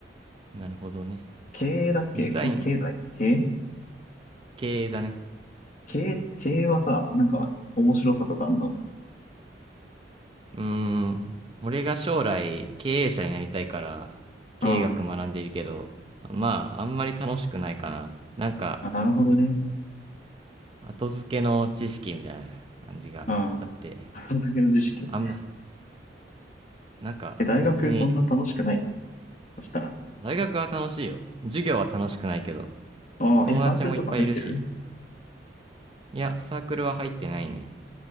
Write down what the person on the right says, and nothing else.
なるほどね。
デザイン、
ん経営だね。
うーん。俺が将来経営者になりたいから経営学学んでいるけど、
まああんまり楽しくないかな。なんか
後付けの知識みたいな感じがあって、
あんま、なんか別に
大学は楽しいよ。授業は楽しくないけど、
友達もいっぱいいるし、
いや、サークルは入ってないね。